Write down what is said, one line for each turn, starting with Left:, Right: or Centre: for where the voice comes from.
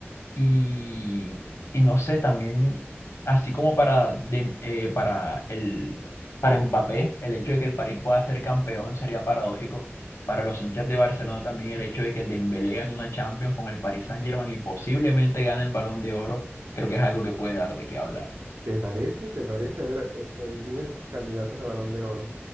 Left: Y, y no sé, también, así como para, Dem- eh, para, el, para Mbappé, el hecho de que el París pueda ser campeón sería paradójico. Para los hinchas de Barcelona también el hecho de que Dembélé gane una Champions con el Paris Saint-Germain y posiblemente gane el Balón de Oro, creo que es algo que puede dar de qué hablar.
Right: ¿Te parece? ¿Te parece? A ver, eh, eh, dime tus candidatos de Balón de Oro.